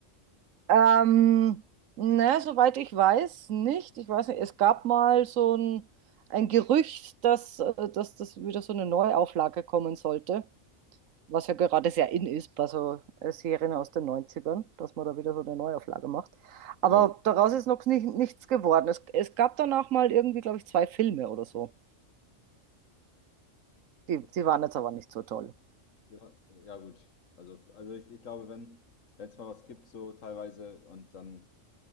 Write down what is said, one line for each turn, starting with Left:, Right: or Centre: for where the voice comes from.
Right: Ähm, ne, soweit ich weiß, nicht. Ich weiß nicht, es gab mal so ein, ein Gerücht, dass, äh, dass das wieder so eine Neuauflage kommen sollte, was ja gerade sehr in ist bei so äh, Serien aus den Neunzigern, dass man da wieder so eine Neuauflage macht. Aber
Left: Ja.
Right: daraus ist noch nicht, nichts geworden. Es, es gab danach mal irgendwie, glaube ich, zwei Filme oder so. Die,
Left: Okay.
Right: die waren jetzt aber nicht so toll.
Left: Ja, ja gut. Also, also ich, ich glaube, wenn es mal was gibt, so teilweise, und dann